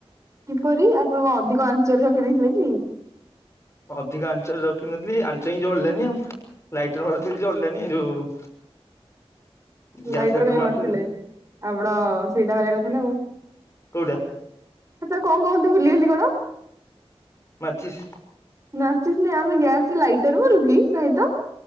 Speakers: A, on the right; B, on the left.
A: କିପରି ଆପଣଙ୍କ ଅଧିକ ଆଞ୍ଚରେ ରଖି ଦେଇେଇଥିଲେ କି?
B: ଅଧିକା ଆଞ୍ଚରେ ରଖିିନଥିଲି ଆଞ୍ଚ ହିଁ ଜଳିଲାନି। ଲାଇଟର ମାରୁଥିବ ଜଳିଲାନି ଏ ଯୋଉ ଗ୍ୟାସ
A: ଲାଇଟର କାଇ
B: ମାରୁଥିଲି
A: ମାରୁଥିଲେ ଆପଣ ସେଇଟା ମାରିବା କଥା ନା ଆଉ।
B: କୋଉଟା?
A: ସେଟା କଣ କହନ୍ତି ଭୁଲିଗଲି କଣ?
B: ମାଚିସି?
A: ମାଚିସି ନୁହେଁ, ଆମେ ଗ୍ୟାସରେ ଲାଇଟର ମରୁ କି ନାଇଁ ତ?